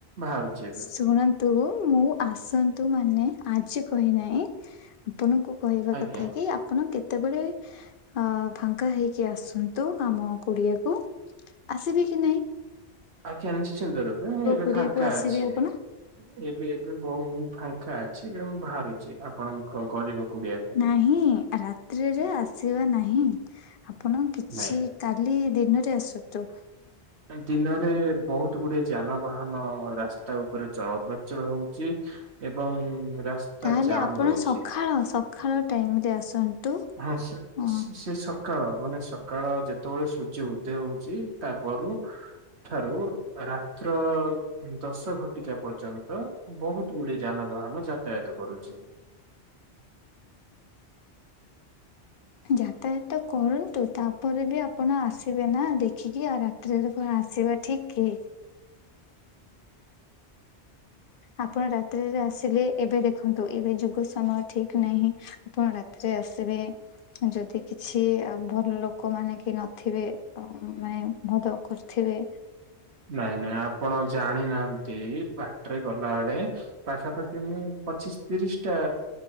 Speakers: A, on the right; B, on the left.
A: ବାହାରୁଛି ଏବେ।
B: ଶୁଣନ୍ତୁ ମୁଁ ଆସନ୍ତୁ ମାନେ ଆଜି କହିନାହିଁ ଆପଣଙ୍କୁ କହିବା
A: ଆଜ୍ଞା
B: କଥା କି ଆପଣ କେତେବେଳେ ହଁ ଫାଙ୍କା ହେଇକି ଆସନ୍ତୁ ଆମ କୁଡ଼ିଆକୁ। ଆସିବେ କି ନାହିଁ।
A: ଆଜ୍ଞା ନିଶ୍ଚିନ୍ତ ରୂପେ ମୁଁ ଏବେ
B: କୁଡିଆକୁ
A: ଫାଙ୍କା
B: ଆସିବେ
A: ଅଛି।
B: ଆପଣ
A: ଏବେ ଏବେ ବହୁ ମୁଁ ଫାଙ୍କା ଅଛି ଏବେ ମୁଁ ବାହାରୁଛି ଆପଣଙ୍କ ଗରିବ କୁଡିଆକୁ।
B: ନାହିଁ ରାତ୍ରିରେ ଆସିବା ନାହିଁ ଆପଣ କିଛି
A: ନାଇଁ
B: କାଲି ଦିନରେ ଆସନ୍ତୁ।
A: ଦିନରେ ବହୁତ ଗୁଡେ ଯାନବାହାନ ରାସ୍ତା ଉପରେ ଚଳପ୍ରଚଳ ହଉଛି। ଏବଂ ରାସ୍ତା
B: ତାହେଲେ
A: ଜାମ
B: ଆପଣ
A: ରହୁଛି।
B: ସଖାଳ ସଖାଳ ଟାଇମ ରେ ଆସନ୍ତୁ।
A: ହଁ ସେ ସେ
B: ଅ
A: ସେ ସେ ସକାଳ ମାନେ ସକାଳ ଯେତେବେଳେ ସୂର୍ଯ୍ୟ ଉଦ୍ଧୟ ହଉଛି ତାପରୁ ଠାରୁ ରାତ୍ର ଦଶ ଘଟିକା ପର୍ଯ୍ୟନ୍ତ ବହୁତ ଗୁଡେ ଯାନବାହାନ ଯାତାୟତ କରୁଛି।
B: ଯାତାୟାତ କରନ୍ତୁ ତାପରେ ବି ଆପଣ ଆସିବେ ନା ଦେଖିକି ଆ <unintelligible> କଣ ଆସିବା ଠିକ କି। ଆପଣ ରାତ୍ରିରେ ଆସିଲେ ଏବେ ଦେଖନ୍ତୁ ଏବେ ଯୁଗ ସମୟ ଠିକ ନାହିଁ ଆପଣ ରାତିରେ ଆସିବେ ଯଦି କିଛି ଭଲ ଲୋକ ମାନେ କି ନଥିବେ ମାନେ ବହୁତ ଖ ଥିବେ।
A: ନାଇଁ ନାଇଁ ଆପଣ ଜାଣିନାହାନ୍ତି ବାଟରେ ଗଲାବେେଳେ ପାଖାପାଖି ମୁଁ ପଚିଶ ତିରିଶ ଟା